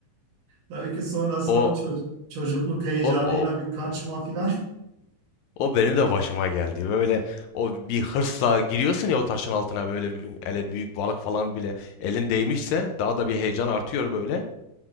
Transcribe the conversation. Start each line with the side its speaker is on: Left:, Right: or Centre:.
Right: Tabii ki sonrasında
Left: O
Right: o çocuk, çocukluk heyecanıyla
Left: o, o
Right: bir kaçma filan
Left: O benim de başıma geldi. Böyle o bir hırsla giriyorsun ya o taşın altına böyle bir- hele büyük balık falan bile elin değmişse daha da bir heyecan artıyor böyle.